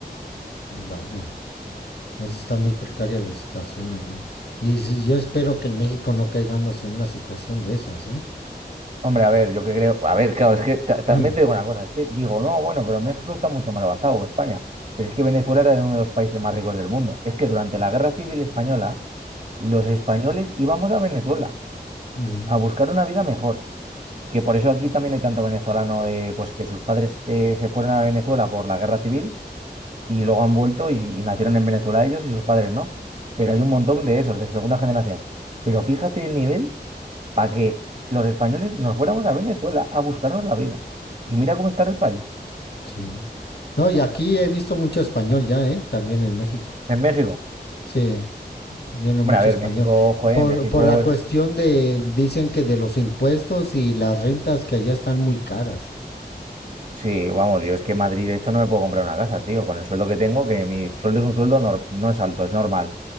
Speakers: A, on the left; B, on the right.
A: vaya. Entonces está muy precaria la situación allá. Y s- yo espero que en México no caigamos en una situación de esas, ¿eh?
B: Hombre, a ver, yo que creo, a ver, claro, es que ta- también
A: Uh -huh.
B: te digo una cosa, es que digo, no, bueno, pero México está mucho más avanzado que España, pero es que Venezuela era uno de los países más ricos del mundo. Es que durante la Guerra Civil Española, los españoles íbamos a Venezuela
A: Uh -huh.
B: a buscar una vida mejor, que por eso aquí también hay tanto venezolano de, pues que sus padres eh, se fueron a Venezuela por la Guerra Civil y luego han vuelto y, y nacieron en Venezuela ellos y sus padres no. Pero hay un montón de esos, de segunda generación. Pero fíjate el nivel para que los españoles nos fuéramos a Venezuela a buscarnos la vida. Y mira cómo está el país.
A: Sí. No, y aquí he visto mucho español ya, ¿eh? También en México.
B: En México.
A: Sí, viene mucho
B: Hombre, a ver,
A: español.
B: México, joder,
A: Por,
B: México
A: por la cuestión
B: es...
A: de, dicen que de los impuestos y las rentas que allá están muy caras.
B: Sí, vamos, yo es que en Madrid, de hecho, no me puedo comprar una casa, tío, con el sueldo que tengo, que mi sueldo es un sueldo, nor- no es alto, es normal.